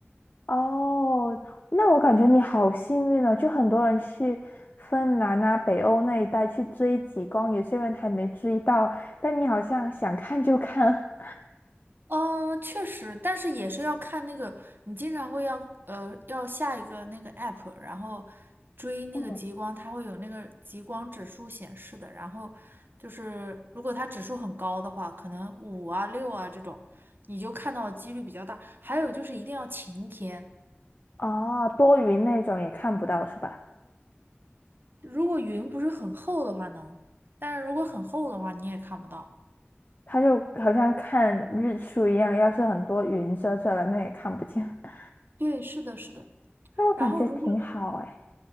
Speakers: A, on the left (about 50°); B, on the right (about 55°).
A: 哦，那我感觉你好幸运哦，就很多人去芬兰啊、北欧那一带去追极光，有些人还没追到，但你好像想看就看，
B: 嗯，确实，但是也是要看那个，你经常会要呃要下一个那个 app，然后追那个极光，
A: <laughs> 嗯，
B: 它会有那个极光指数显示的。然后就是如果它指数很高的话，可能五啊六啊这种，你就看到的几率比较大。还有就是一定要晴天，
A: 哦，多云那种也看不到是吧？
B: 如果云不是很厚的话能，但是如果很厚的话你也看不到。
A: 它就好像看日出一样，要是很多云遮着了，那也看不见。<laughs>
B: 对，是的，是的。
A: 那我感觉挺好哎，
B: 然后如果